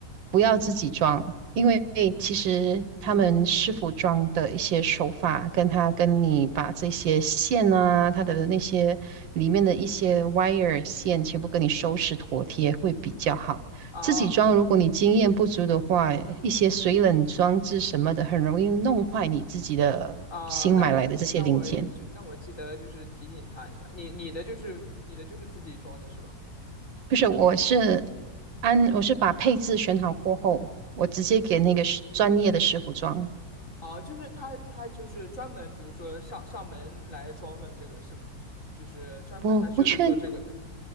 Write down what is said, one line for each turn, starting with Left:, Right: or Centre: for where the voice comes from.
Right: 不要自己装，
Left: 嗯，
Right: 因为其实他们师傅装的一些手法，跟他跟你把这些线啊，它的那些里面的一些 wire 线全部跟你收拾妥帖会比较好。
Left: 啊
Right: 自己装，如果你经验不足的话，一些水冷装置什么的，很容易弄坏你自己的新买来的这些零件。
Left: 啊、那我那我就那我记得就是提醒他一下，你你的就是你的就是自己装的是吧？
Right: 不是，我是安，我是把配置选好过后，我直接给那个师专业的师傅装。
Left: 哦，就是他他就是专门，比如说上上门来装的这个是吗？就是专门他就是做这个的。
Right: 我不确